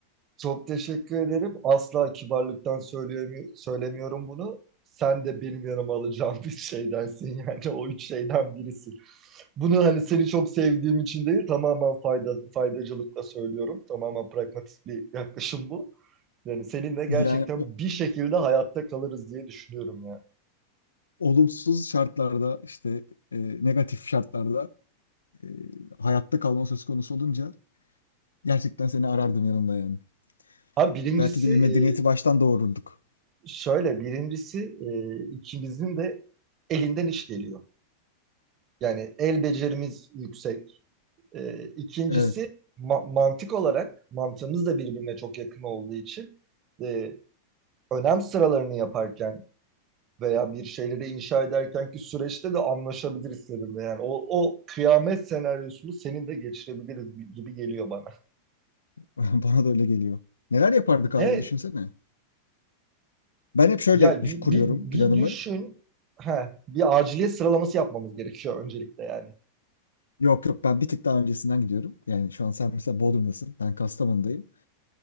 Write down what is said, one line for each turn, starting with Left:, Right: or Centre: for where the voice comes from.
Right: çok teşekkür ederim. Asla kibarlıktan söyleyemi- söylemiyorum bunu. Sen de benim yanıma alacağım bir şeydensin <laughs> yani o üç şeyden birisin. Bunu hani seni çok sevdiğim için değil tamamen fayda, faydacılıkla söylüyorum. Tamamen pragmatik bir yaklaşım bu. Yani seninle gerçekten
Left: Yani o-
Right: bir şekilde hayatta kalırız diye düşünüyorum ya.
Left: olumsuz şartlarda işte e, negatif şartlarda e, hayatta kalma söz konusu olunca gerçekten seni arardım yanımda yani.
Right: Ha birincisi
Left: Belki de bir
Right: e,
Left: medeniyeti baştan doğururduk.
Right: şöyle birincisi e, ikimizin de elinden iş geliyor. Yani el becerimiz yüksek. E, ikincisi
Left: Evet,
Right: ma- mantık olarak mantığımız da birbirine çok yakın olduğu için e, önem sıralarını yaparken veya bir şeyleri inşa ederken ki süreçte de anlaşabiliriz seninle. Yani o, o kıyamet senaryosunu senin de geçirebiliriz gibi geliyor bana.
Left: <laughs> bana da öyle geliyor. Neler yapardık abi
Right: Ne
Left: düşünsene. Ben hep şöyle
Right: Ya
Left: düş-
Right: bir,
Left: kuruyorum
Right: bir, bir
Left: planımı.
Right: düşün. Ha, bir aciliyet sıralaması yapmamız gerekiyor öncelikle yani.
Left: Yok yok ben bir tık daha öncesinden gidiyorum. Yani şu an sen mesela Bodrum'dasın. Ben Kastamonu'dayım.